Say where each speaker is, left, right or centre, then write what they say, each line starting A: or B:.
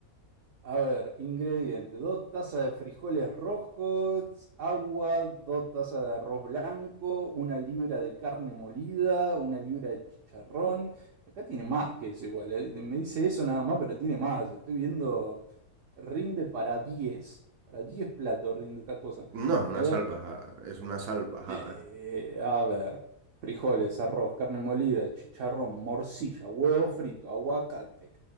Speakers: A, on the right; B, on the right.
A: a ver, ingredientes. Dos tazas de frijoles rojos, agua, dos tazas de arroz blanco, una libra de carne molida, una libra de chicharrón. Acá tiene más que eso igual. eh, Me dice eso nada más, pero tiene más. Estoy viendo, rinde para diez, Para 10 platos rinde esta cosa.
B: No, es una
A: A ver,
B: salvajada. Es una salvajada.
A: Eh, a ver, frijoles, arroz, carne molida, chicharrón, morcilla, huevo frito, aguacate,